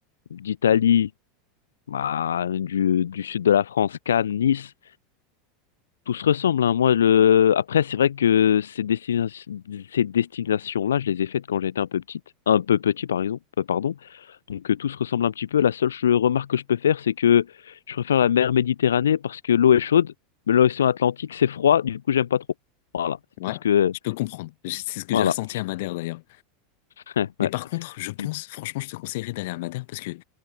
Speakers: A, on the left; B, on the left.
A: d'Italie, bah, du, du sud de la France, Cannes, Nice. Tout se ressemble, hein. Moi, le... Après, c'est vrai que ces destina- ces destinations-là, je les ai faites quand j'étais un peu petite, un peu petit, par exemple, euh, pardon. Donc, euh, tout se ressemble un petit peu. La seule ch- remarque que je peux faire, c'est que je préfère la mer Méditerranée parce que l'eau est chaude, mais l'océan Atlantique, c'est froid, du coup, j'aime pas trop. Voilà, c'est
B: Ouais,
A: tout ce que...
B: je peux comprendre. Je- C'est ce que
A: Voilà.
B: j'ai ressenti à Madère d'ailleurs.
A: <laughs>
B: Mais
A: Ouais.
B: par contre, je pense,
A: Du coup.
B: franchement, je te conseillerais d'aller à Madère parce que